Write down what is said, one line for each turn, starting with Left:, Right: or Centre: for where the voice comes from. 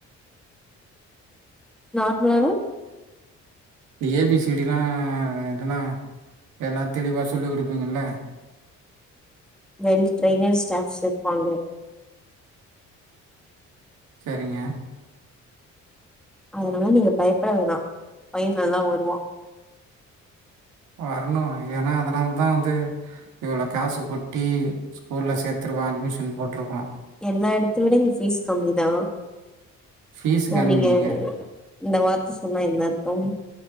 Centre: நார்மலானா?
Right: ந்த ஏ பி சி டி லா இதெல்லா எல்லா தெளிவா சொல்லி குடுப்பீங்கல்ல.
Centre: வெல் ட்ரெய்னர் ஸ்டாஃப்ஸ் இர்ப்பாங்க.
Right: சரிங்க.
Centre: அதனால நீங்க பயப்பட வேணா பைய நல்லா வருவா.
Right: வரணு ஏனா அதனால் தா வந்து இவ்ளோ காசு கொட்டி ஸ்கூல்ல சேத்துருக்கோ அட்மிஷன் போட்ருக்கோ.
Centre: எல்லா எடத்த விட இங்க ஃபீஸ் கம்மிதா.
Right: ஃபீஸ்
Centre: ஓ
Right: கம்மிங்க
Centre: நீங்க இந்த வார்த்த சொன்னா என்ன அர்த்தம்.